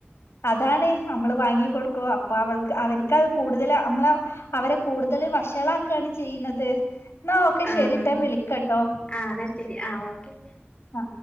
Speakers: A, on the left; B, on the left.
A: അതാണ് നമ്മള് വാങ്ങി കൊടുക്കുവ അപ്പൊ അവൾ അവർക്ക്ത് കൂടുതൽ നമ്മള അവരെ കൂടുതൽ വഷളാക്കാണ് ചെയ്യണത് എന്നാ ഓക്കെ ശരിട്ടാ
B: ആഹ്
A: ഞാൻ വിളിക്കാട്ടോ
B: ആ എന്നാ ശരി ആഹ് ഓക്കെ
A: ആ